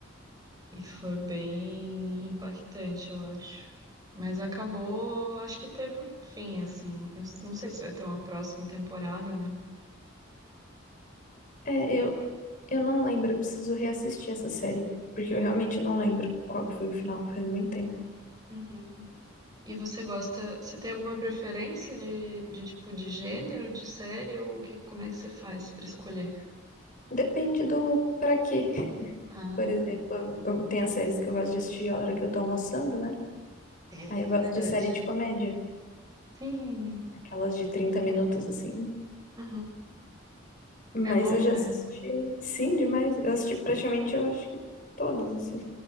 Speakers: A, on the right (about 20°); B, on the left (about 40°).
A: E foi bem impactante, eu acho. Mas acabou, acho que teve um fim, assim. Eu s- não sei se vai ter uma próxima temporada, né?
B: É, eu, eu não lembro, eu preciso reassistir essa série, porque eu realmente não lembro qual que foi o final, faz muito tempo.
A: Uhum. E você gosta, você tem alguma preferência de, de tipo de gênero, de série, ou o que, como é que você faz pra escolher?
B: Depende do pra quê. <laughs>
A: Ah,
B: Por exemplo, eu, tem as séries que eu gosto de assistir a hora que eu tô almoçando, né?
A: é
B: Aí eu gosto
A: verdade.
B: de série de comédia,
A: Sim.
B: aquelas de 30 minutos assim.
A: Uhum.
B: Mas
A: É bom,
B: eu já
A: né?
B: assisti, sim, demais. Eu assisti praticamente, eu acho que todas, assim.